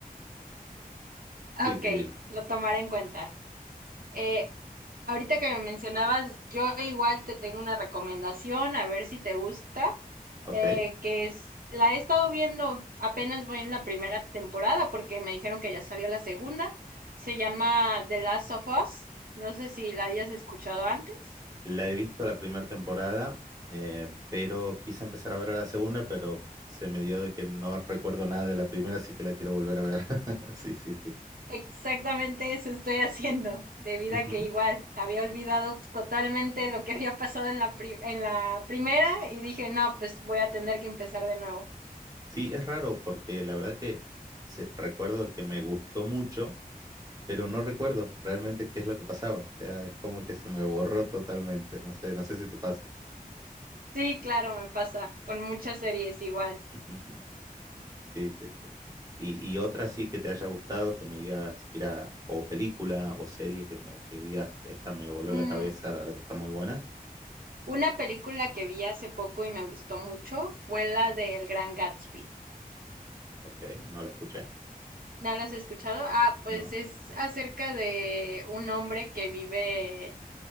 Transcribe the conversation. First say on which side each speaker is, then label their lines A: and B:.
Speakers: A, on the right; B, on the right.
A: <laughs> ah,
B: Sí,
A: ok,
B: sí, dime.
A: lo tomaré en cuenta. Eh, ahorita que me mencionabas, yo igual te tengo una recomendación, a ver si te gusta,
B: Ok.
A: eh, que es, la he estado viendo, apenas voy en la primera temporada porque me dijeron que ya salió la segunda. Se llama The Last of Us. No sé si la hayas escuchado antes.
B: La he visto la primera temporada, eh, pero quise empezar a ver la segunda, pero se me dio de que no recuerdo nada de la primera, así que la quiero volver a ver. <laughs> Sí, sí, sí.
A: Exactamente eso estoy haciendo, debido
B: Ujú.
A: a que igual había olvidado totalmente lo que había pasado en la pri- en la primera y dije, no, pues voy a tener que empezar de nuevo.
B: Sí, es raro porque la verdad que sí, recuerdo que me gustó mucho, pero no recuerdo realmente qué es lo que pasaba. O sea, es como que se me borró totalmente. No sé, no sé si te pasa.
A: Sí, claro, me pasa con muchas series igual.
B: <laughs> Sí, sí, sí. Y, y otra sí que te haya gustado, que me digas, mira, o película o serie que, me, que digas, esta me voló
A: Mm,
B: la cabeza, la verdad que está muy buena.
A: Una película que vi hace poco y me gustó mucho fue la de El Gran Gatsby.
B: Ok, no la escuché.
A: ¿No la has escuchado? Ah, pues
B: No.
A: es acerca de un hombre que vive